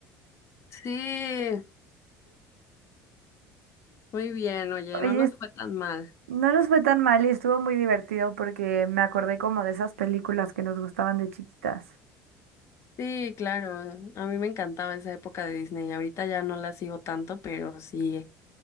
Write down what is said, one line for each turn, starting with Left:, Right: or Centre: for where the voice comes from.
Left: Sí, muy bien, oye,
Right: Oye,
Left: no nos
Right: es-
Left: fue tan mal.
Right: no nos fue tan mal y estuvo muy divertido porque me acordé como de esas películas que nos gustaban de chiquitas.
Left: Sí, claro, a mí me encantaba esa época de Disney. Ahorita ya no la sigo tanto, pero sí,